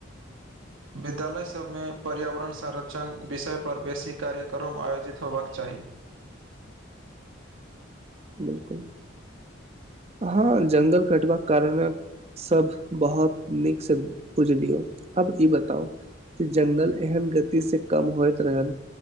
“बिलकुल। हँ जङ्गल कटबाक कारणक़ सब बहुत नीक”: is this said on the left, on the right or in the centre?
Right